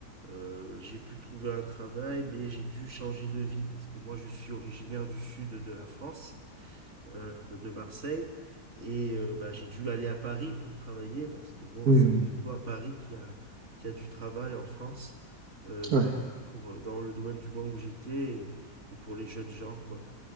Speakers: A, on the right (about 45°); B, on the right (about 60°).
A: euh, j'ai pu trouver un travail, mais j'ai dû changer de ville parce que moi, je suis originaire du sud de la France euh, de Marseille. Et euh, bah, j'ai dû aller à Paris pour travailler parce que bon,
B: Mhm.
A: c'est surtout à Paris qu'il y a, qu'il y a du travail en France, euh, notamment
B: hmm. Ouais,
A: pour, euh, dans le domaine du monde où j'étais et, et pour les jeunes gens, quoi.